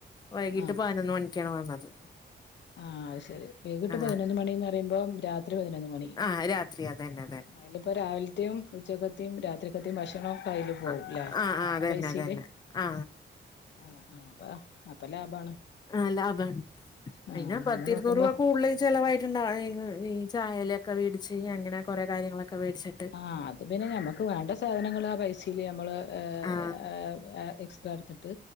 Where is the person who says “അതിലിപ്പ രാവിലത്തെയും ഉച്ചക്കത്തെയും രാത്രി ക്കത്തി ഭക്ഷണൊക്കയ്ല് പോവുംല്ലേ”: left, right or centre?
Left